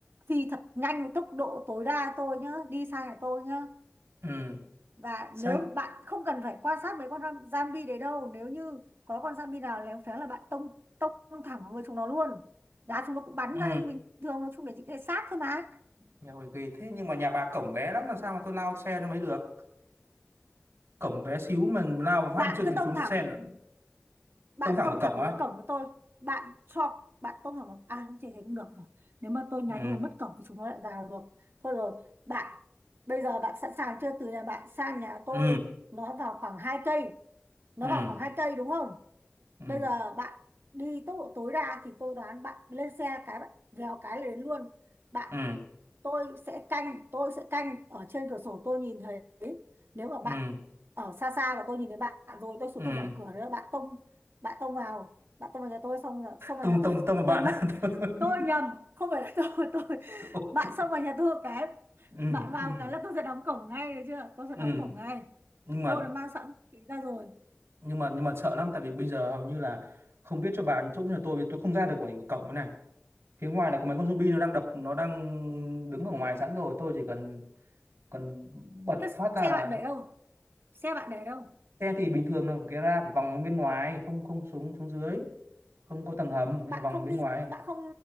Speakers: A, on the right; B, on the right.
A: phi thật nhanh với tốc độ tối đa tôi nhá đi sang nhà tôi nhá
B: ừ
A: và
B: sang
A: nếu bạn không cần phải quan sát mấy con ram- zombie đấy đâu nếu như có con zombie nào léo phéng là bạn tông tông thẳng vào người chúng nó luôn là chúng nó cũng bắn
B: ừ
A: ra như bình thường nó chung để những cái xác thôi mà
B: nhà hồi kỳ thế nhưng mà nhà bà cổng bé lắm làm sao mà tôi lao xe nó mới được cổng bé xíu mà lao và phát
A: bạn
B: chưa kịp
A: cứ tông
B: xuống xe
A: thẳng
B: nó
A: bạn
B: tông thẳng
A: tông
B: vào cổng
A: thẳng vào
B: á
A: cái cổng của tôi bạn cho bạn tông thẳng vào à không chỉ thấy cũng được rồi nếu mà tôi nhà
B: ừ
A: tôi mà mất cổng thì chúng nó lại vào được thôi rồi bạn bây giờ bạn sẵn sàng chưa từ nhà bạn sang nhà tôi
B: ừ
A: nó vào khoảng hai cây nó
B: ừ
A: vào khoảng hai cây đúng không
B: ừ
A: bây giờ bạn đi tốc độ tối đa thì tôi đoán bạn lên xe cái bạn vèo cái là đến luôn bạn
B: ừ
A: tôi sẽ canh tôi sẽ canh ở trên cửa sổ tôi nhìn thấy nếu mà bạn
B: ừ ừ
A: ở xa xa và tôi nhìn thấy bạn rồi tôi xuống
B: Ừ.
A: tôi mở cửa nữa bạn tông bạn tông vào bạn tông vào nhà tôi xong là xông vào
B: tông
A: nhà
B: tông
A: tôi
B: tông
A: <laughs>
B: một bạn
A: quên mất
B: <laughs>
A: tôi nhầm không phải là tôi <laughs> tôi
B: Ok.
A: bạn xông vào nhà tôi một cái
B: ừ
A: bạn vào
B: ừ
A: cái là tôi sẽ đóng cổng ngay được chưa tôi sẽ
B: ừ
A: đóng cổng ngay
B: nhưng mà
A: tôi đã mang sẵn vũ khí ra rồi
B: nhưng mà nhưng mà sợ lắm tại vì bây giờ hầu như là không biết cho bạn chỗ nhà tôi vì tôi không ra được khỏi cái cổng cái này phía ngoài là có mấy con zombie nó đang đập nó đang đứng ở ngoài sẵn rồi tôi chỉ cần cần bật
A: thế
B: phát ra
A: xe
B: là
A: bạn để đâu xe bạn để đâu
B: xe thì bình thường là cái ra phải vòng bên ngoài không không xuống xuống dưới không có tầng hầm nên
A: bạn
B: là vòng
A: không
B: bên
A: đi
B: ngoài à.
A: bạn không